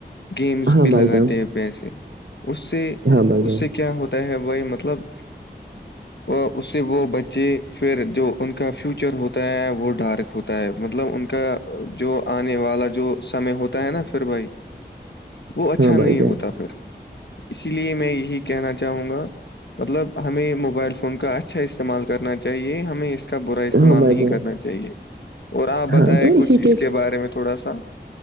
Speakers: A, on the left; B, on the right.
A: گیمس
B: ہاں
A: پہ لگاتے
B: بھائی جان
A: ہیں پسے اس سے
B: ہاں بھائی
A: اس
B: جان
A: سے کیا ہوتا ہے بھائی مطلب
B: <unintelligible>
A: اور اس سے وہ بچے پھر جو ان کا فیوچر ہوتا ہے وہ ڈارک ہوتا ہے مطلب ان کا جو آنے والا جو سمے ہوتا ہے نا پھر بھائی وہ اچھا
B: ہاں
A: نہیں
B: بھائی جان
A: ہوتا پھر اسی لیے میں یہی کہنا چاہوں گا مطلب ہمیں موبائل فون کا اچھا استعمال کرنا چاہیے ہمیں اس اس کا برا استعمال
B: ہاں بھائی
A: نہیں
B: جان
A: کرنا چاہیے اور آپ
B: ہاں
A: بتائائے
B: تو
A: کچھ
B: اسی
A: اس کے بارے میں تھوڑا سا